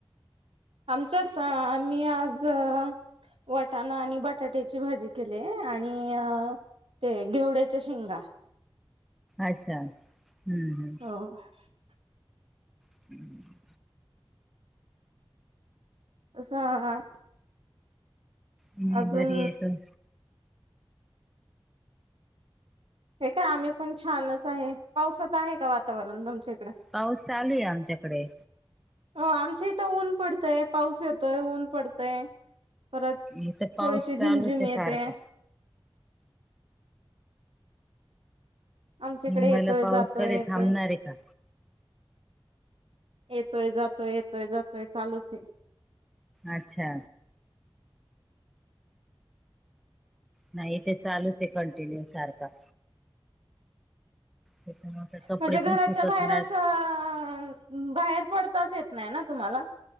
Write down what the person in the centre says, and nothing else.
अच्छा, हम्म हम्म.
<inaudible>
मी
बरी ये तु?
पाऊस चालूये आमच्याकडे
इथं पाऊस
चालूच आहे
सारखा
मुंबईला
पाऊस
कधी
थांबणार आहे का.
अच्छा. नाही इथे चालूच आहे कंटिन्यू सारखा त्याच्यामुळे काय कपडे
पण
सुकत
नाहीत